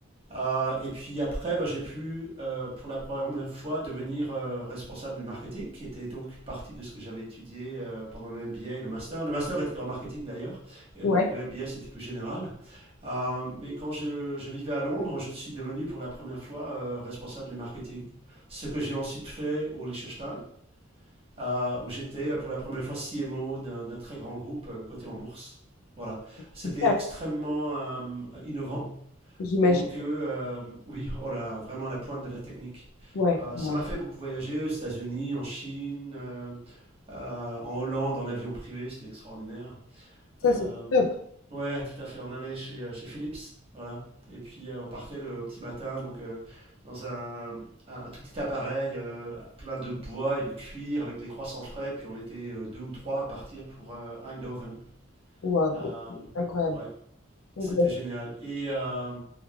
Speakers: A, on the right; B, on the left.
A: Euh, et puis après, bah, j'ai pu, euh, pour la première fois, devenir euh, responsable du marketing, qui était donc une partie de ce que j'avais étudié euh, pendant le MBA et le master. Le master était en marketing d'ailleurs, et
B: ouais,
A: le et le MBA c'était plus général. Euh, mais quand je, je vivais à Londres, je suis devenu pour la première fois euh, responsable du marketing. Ce que j'ai ensuite fait au Liechtenstein, euh, où j'étais euh, pour la première fois CMO d'un d'un très grand groupe euh, coté en bourse. Voilà, c'était
B: super,
A: extrêmement euh, innovant
B: j'imagine.
A: donc, euh, euh, oui, oh là là, vraiment à la pointe de la technique.
B: Ouais,
A: Euh,
B: ouais.
A: ça m'a fait beaucoup voyager aux États-Unis, en Chine, euh, euh, en Hollande, en avion privé, c'était extraordinaire.
B: Ça,
A: Euh,
B: c'est top.
A: ouais, tout à fait, on allait chez, euh, chez Philips, voilà. Et puis euh, on partait le, au petit matin, donc euh, dans un, un un tout petit appareil euh, plein de bois et de cuir avec des croissants frais, puis on était euh, deux ou trois à partir pour euh, Eindhoven.
B: Waouh,
A: Euh,
B: incroyable.
A: ouais,
B: Incroyable.
A: c'était génial. Et. euh,